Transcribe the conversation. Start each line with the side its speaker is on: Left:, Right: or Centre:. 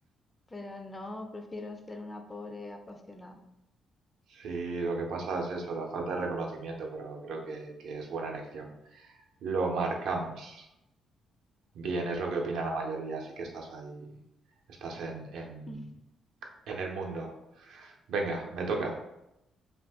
Left: pero no, prefiero ser una pobre apasionada.
Right: Sí, lo que pasa es eso, la falta de reconocimiento, pero creo que, que es buena elección. Lo marcamos. Bien, es lo que opina la mayoría, así que estás ahí, estás en, en,
Left: <laughs>
Right: en el mundo. Venga, me toca.